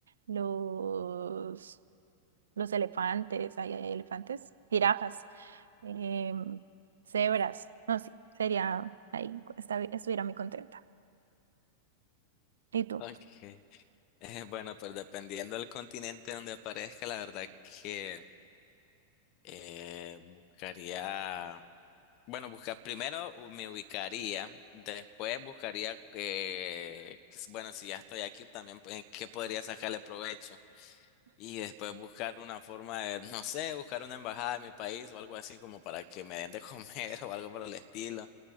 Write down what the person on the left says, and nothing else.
Okay. Eh, bueno, pues dependiendo del continente donde aparezca, la verdad que eh, buscaría, bueno, buscar primero u- me ubicaría, después buscaría que, que s- bueno, si ya estoy aquí también, pues, ¿qué podría sacarle provecho? Y después buscar una forma de, no sé, buscar una embajada de mi país o algo así como para que me den de comer <laughs> o algo por el estilo,